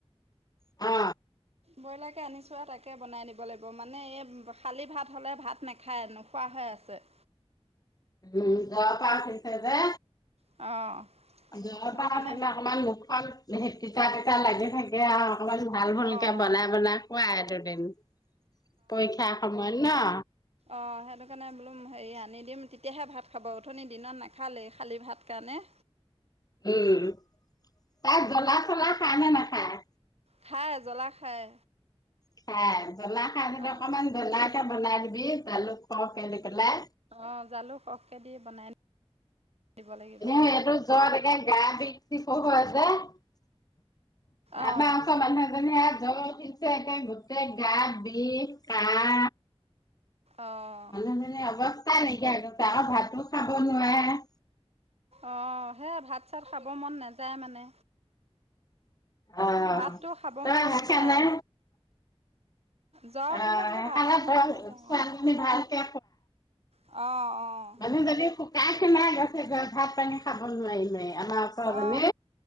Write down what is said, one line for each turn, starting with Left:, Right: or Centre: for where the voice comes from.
Left: অ
Right: ব্ৰইলাকে আনিছোঁ আৰু তাকে বনাই নিব লাগিব মানে এই খালী ভাত হ'লে ভাত নাখায় নোখোৱা হৈ আছে।
Left: উম ঘৰৰ পৰা আনিছে যে
Right: অঁ
Left: জৰ
Right: সেইটো
Left: পৰাৰ
Right: কাৰণে
Left: উথিলে অকমান মুখখন তিতা তিতা লাগি থাকে আৰু অকমান ভাল ভুলকে
Right: অঁ
Left: বনাই
Right: অঁ
Left: বনাই খোৱা দুদিন পৰীক্ষা সময়ত ন।
Right: অঁ সেইটো কাৰণে বোলো হেৰি আনি দিম তেতিয়াহে ভাত খাব উঠনি দিনত নাখালেই খালী ভাত কাৰণে।
Left: উম তাই জ্বলা চলা খায় নে নাখায়।
Right: খাই জ্বলা খায়।
Left: খাই জলা খায়
Right: অঁ
Left: অকমান জলাকে বনাই দিবি জালুক সৰহ কে দি পেলাই।
Right: অ' জালুক সৰহকে দি বনাই দিব লাগিব
Left: এনে
Right: আজি
Left: এইটো জৰ একে গা বিক সিখও হয় যে আমাৰ।
Right: অঁ
Left: আমাৰ ওচৰ মানুহ এজনি জৰ উঠিছে একেই গোটেই গা বিষ কাহ
Right: অঁ
Left: মানু্হ জনি অৱস্থা নাইকিয়া হৈ গৈছে আৰু ভাতো খাব নোৱাৰে।
Right: অঁ সেয়াই ভাত চাত খাব মন নাযায় মানে।
Left: আহ
Right: ভাতটো খাব
Left: তই
Right: মন নাযায়।
Left: সেইকাৰণে
Right: জ্বৰ উঠিলে
Left: আহ
Right: বোলো ভাত খাব
Left: সেইকাৰণে তই
Right: মন নাযায়
Left: ছোৱালীজনী
Right: অ
Left: ভালকে
Right: অঁ অঁ
Left: মানুহ যদি শুকাই শিনাই গৈছেগৈ ভাত পানি খাব নোৱাৰি নোৱাৰি আমাৰ ওচৰৰ
Right: অ
Left: জনি